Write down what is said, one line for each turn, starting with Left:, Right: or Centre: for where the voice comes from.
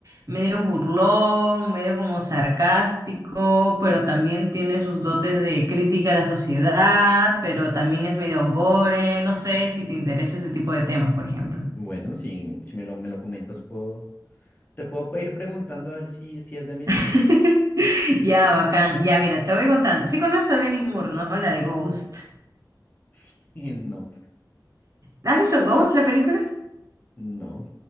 Right: medio burlón, medio como sarcástico, pero también tiene sus dotes de crítica a la sociedad, pero también es medio gore. No sé si te interesa ese tipo de temas, por ejemplo.
Left: Bueno, si, si me lo, me lo comentas, puedo, te puedo ir preguntando a ver si, si es de mis
Right: <laughs>
Left: gustos.
Right: Ya, bacán. Ya, mira, te voy contando. Sí conoces a Demi Moore, ¿no? La de Ghost.
Left: <laughs> No.
Right: ¿Has visto Ghost, la película?
Left: No,